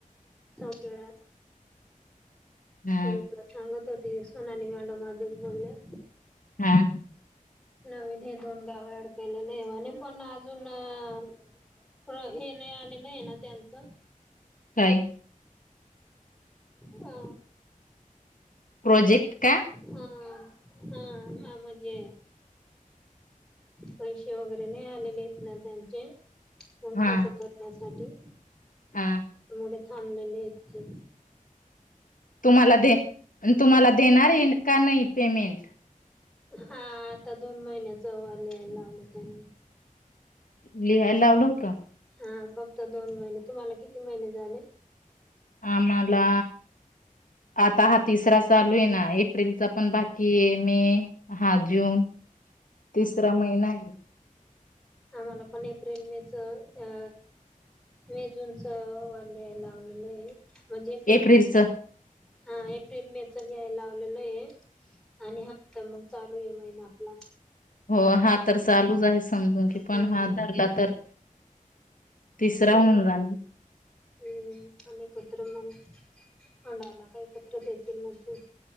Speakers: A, in the centre; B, on the left.
A: खेळात
B: हा
A: घेतला सांगत होती सोनाली मॅडम आजच बोलल्या.
B: हा
A: नवीन हे दोन गाव अडकलेले आहे म्हणुन पण अजून हे नाही आलेलं नाही ना त्यांचं
B: काय?
A: हा
B: प्रोजेक्ट का?
A: हा हा मा म्हणजे पैसे वगैरे नाही आलेले आहेत ना त्यांचे. खर्च
B: हा
A: करण्यासाठी.
B: हा
A: मुळे थांबलेले इथे.
B: तुम्हाला दे. आणि तुम्हाला देणार आहे का नाही पेमेंट?
A: हा आता दोन महिन्याच वा लिहायला लावलं त्यांनी.
B: लिहायला लावलं होत.
A: हा फक्त दोन महिने, तुम्हाला किती महिने झाले?
B: आम्हाला आता हा तिसरा चालू आहे ना. एप्रिलचा पण बाकी हे मे हा जून तिसरा महिना आहे.
A: आम्हाला पण एप्रिल, मे च अ मे जुनच वा लिहाय लावलेलं आहे. म्हणजे एप्रिल
B: एप्रिलच
A: मे च. हा एप्रिल मे च लिहाय लावलेलं आहे. आणि हा तर मग चालू आहे महिना आपला.
B: हो हा तर चालूच आहे समजून घे.
A: हम्म
B: पण हा धरला तर तिसरा
A: ते
B: होऊन जान
A: हम्म पण एकत्र मग हांडाला का एकत्र देतील ना ते.